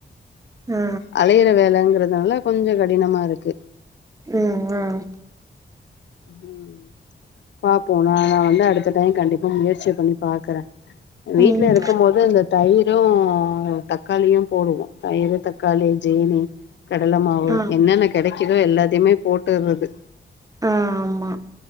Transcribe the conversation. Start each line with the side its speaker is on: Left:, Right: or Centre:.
Right: ஆ
Left: அளையிற வேலங்கிறது னால கொஞ்சம் கடினமா இருக்கு
Right: உம் ஆஹ்
Left: உம் பாப்போம் நான் நான் வந்து அடுத்த டைம் கண்டிப்பா முயற்சி பண்ணி பாக்குறேன் வீட்ல
Right: ம்
Left: இருக்கும் போது அந்த தயி யும் தக்காளியும் போடுவோம் தயிர் தக்காளி ஜீனி கடல மாவு
Right: ஆ
Left: என்னென்ன கெடை கிதோ எல்லாத்தையுமே போட்டுற்றது
Right: ஆ ஆமா.